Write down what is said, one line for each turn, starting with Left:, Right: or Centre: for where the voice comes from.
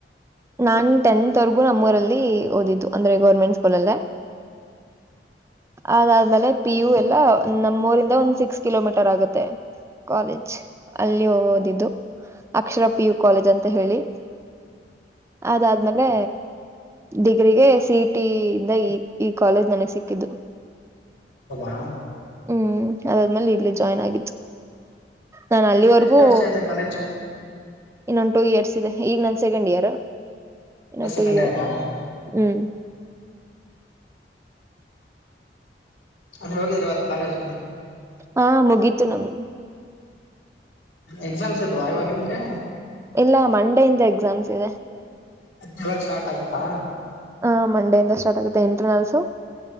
Right: ನಾನ್ ಟೆಂತ್ವರೆಗೂ ನಮ್ಮೂರಲ್ಲಿ ಓದಿದ್ದು ಅಂದ್ರೆ ಗೌರ್ಮೆಂಟ್ ಸ್ಕೂಲ್ ಅಲ್ಲೇ ಅದಾದ್ಮೇಲೆ ಪಿ ಯು ಎಲ್ಲಾ ನಮ್ಮ್ ಊರಿಂದ ಒಂದ್ ಸಿಕ್ಸ್ ಕಿಲೋಮೀಟರ್ ಆಗುತ್ತೆ ಕಾಲೇಜ್ ಅಲ್ಲಿ ಓದಿದ್ದು ಅಕ್ಷರ ಪಿ ಯು ಕಾಲೇಜ್ ಅಂತ ಹೇಳಿ ಅದ ಅ ಆದ್ಮೇಲೆ ಡಿಗ್ರಿಗೆ ಸಿ ಇ ಟಿ ಇಂದ ಈ ಈ ಕಾಲೇಜ್ ನನಗೆ ಸಿಕ್ಕಿದ್ದು
Left: ಅದಾ
Right: ಹ್ಮ್ ಅದಾದ್ಮೇಲೆ ಇಲ್ಲಿ ಜಾಯ್ನ್ ಆಗಿತ್ತು ನಾನು ಅಲ್ಲಿವರೆಗೂ
Left: ಇನ್ನು ಎಷ್ಟು ವರ್ಷ ಇದೆ ಕಾಲೇಜು
Right: ಇನ್ನೊಂದು ಟೂ ಇಯರ್ಸ್ ಇದೆ ಈಗ ನನ್ ಸೆಕೆಂಡ್ ಇಯರ್ ಇನ್ನೊಂದು
Left: ಸೆಕೆಂಡ್
Right: ಟು ಇಯರ್
Left: ಇಯರಾ
Right: ಹ್ಮ್
Left: ಅ ಹೋಗಿದ್ರ ಇವತ್ತು ಕಾಲೇಜ್
Right: ಹಾ ಮುಗೀತು ನಮ್ದು
Left: ಎಗ್ಜಾಮಸ ಇದುವ ಇವಾಗ ನಿಮ್ಮಗೆ
Right: ಇಲ್ಲ ಮಂಡೇ ಇಂದ ಎಕ್ಸಾಮ್ಸ್ ಇದೆ
Left: ಹದನೈಳಕ ಸ್ಟಾರ್ಟ್ ಆಗುತ್ತಾ
Right: ಹಾ ಮಂಡೆಯಿಂದ ಸ್ಟಾರ್ಟ್ ಆಗುತ್ತೆ ಇಂಟ್ರ ನಲ್ಸು